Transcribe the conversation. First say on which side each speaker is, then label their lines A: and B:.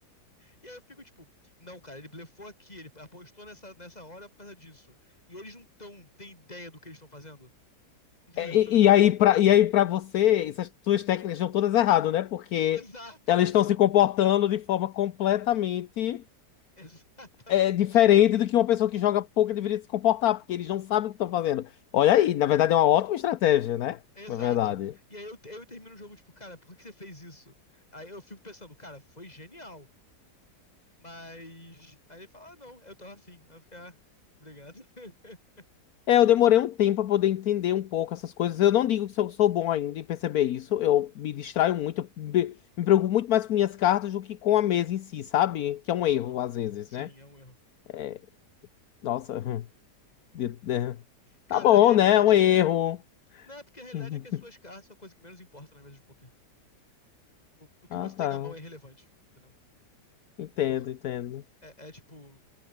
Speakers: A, on the left (about 25°); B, on the left (about 65°).
A: E aí eu fico tipo, não, cara, ele blefou aqui, ele apostou nessa, nessa hora por causa disso. E eles não tão, têm ideia do que eles estão fazendo. <laughs> Entendeu?
B: É, E, e aí, pra, e aí, pra você, essas suas técnicas estão todas erradas, né? Porque
A: Exato.
B: elas estão se comportando de forma completamente
A: <laughs> Exatamente.
B: é, diferente do que uma pessoa que joga poker deveria se comportar, porque eles não sabem o que estão fazendo. Olha aí, na verdade é uma ótima estratégia, né?
A: Exato.
B: Na verdade.
A: E aí eu, eu termino o jogo, tipo, cara, por que que você fez isso? Aí eu fico pensando, cara, foi genial. Mas. Aí ele fala, ah, não, eu tava afim. Aí eu fico, ah, obrigado. <laughs>
B: É, eu demorei um tempo para poder entender um pouco essas coisas. Eu não digo que eu sou bom ainda em perceber isso. Eu me distraio muito, eu me me preocupo muito mais com minhas cartas do que com a mesa em si, sabe? Que é um
A: Aham.
B: erro, às vezes,
A: Sim,
B: né?
A: é um erro.
B: É, nossa. De- de-
A: Cara,
B: Tá bom,
A: a realidade.
B: né? É um erro.
A: Não é porque a realidade
B: <laughs>
A: é que as suas cartas são a coisa que menos importa na mesa de poker. O, o que
B: Ah,
A: você
B: tá.
A: tem na mão é irrelevante, entendeu?
B: Entendo,
A: Por-
B: entendo.
A: é, é tipo.